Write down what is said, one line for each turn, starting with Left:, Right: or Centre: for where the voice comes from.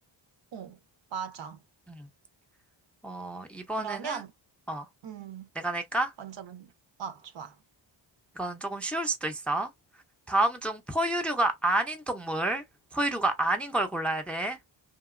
Right: 어, 맞아.
Centre: 응. 어, 이번에는,
Right: 그러면,
Centre: 어,
Right: 음,
Centre: 내가 낼까?
Right: 먼저, 먼저 어, 좋아.
Centre: 이거는 조금 쉬울 수도 있어. 다음 중 포유류가 아닌 동물, 포유류가 아닌 걸 골라야 돼.